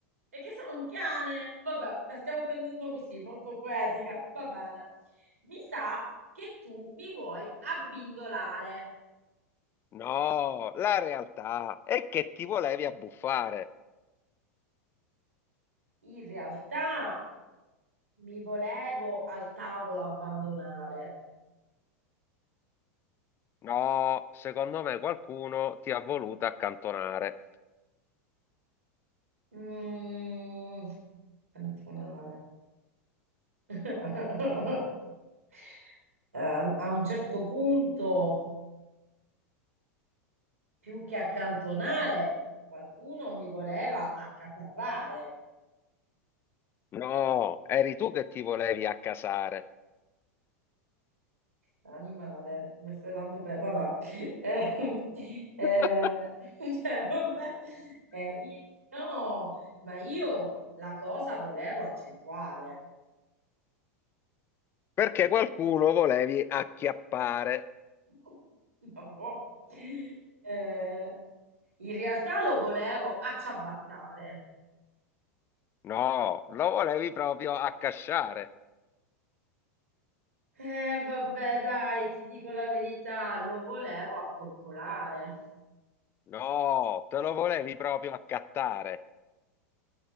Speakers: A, on the right; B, on the left.
A: E che sono un cane. Vabbè, la stiamo prendendo così, molto poetica. Va bene. Mi sa che tu mi vuoi abbindolare.
B: No, la realtà è che ti volevi abbuffare.
A: In realtà. Mi volevo al tavolo abbandonare.
B: No, secondo me qualcuno ti ha voluto accantonare.
A: Mm, abbandonare. <laughs> Eh, a un certo punto, più che accantonare, qualcuno mi voleva accaparrare.
B: No, eri tu che ti volevi accasare.
A: Animale, mi stai dando per... Vabbè. <laughs> Eh, eh,
B: <laughs>
A: <laughs> cioè, vabbè. Eh, io- no, ma io la cosa volevo accentuare.
B: Perché qualcuno volevi acchiappare.
A: <laughs> Vabbò. Eh, in realtà lo volevo acciabattare.
B: No, lo volevi proprio accasciare.
A: Eh, vabbè, dai, ti dico la verità, lo volevo accoccolare.
B: No, te lo volevi proprio accattare.